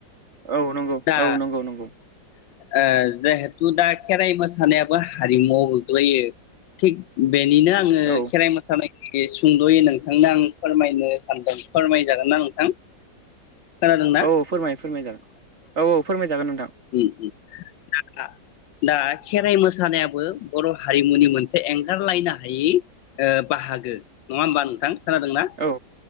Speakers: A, on the right (about 40°); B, on the left (about 80°).
A: औ नंगौ
B: दा
A: औ नंगौ नंगौ
B: ओ जिहेथु दा खेराइ मोसानायाबो हारिमुवाव गोग्लैयो थिग बेनिनो आङो
A: औ
B: खेराइ मोसानाय बे सुंद'यै नोंथांनो आं फोरमायनो सानदों फोरमायजागोन ना नोंथां। खोनादोंना
A: औ फोरमाय फोरमाय जागोन औ औ फोरमायजागोन नोंथां।
B: ओम दा दा खेराइ मोसानायाबो बर' हारिमुनि मोनसे एंगारलायनो हायै ओ बाहागो नङा होमबा नोंथां? खोनादोंना?
A: औ